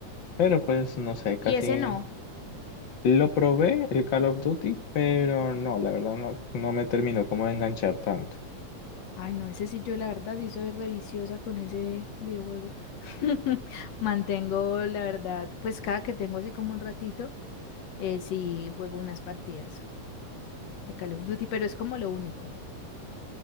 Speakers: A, on the left (about 45°); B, on the left (about 65°).
A: pero pues no sé, casi
B: Y ese no.
A: lo probé el Call of Duty, pero no, la verdad no, no me terminó como de enganchar tanto.
B: Ay, no, ese sí, yo la verdad sí soy reviciosa con ese videojuego. <laughs> Mantengo, la verdad, pues cada que tengo así como un ratito, eh, sí juego unas partidas de Call of Duty, pero es como lo único.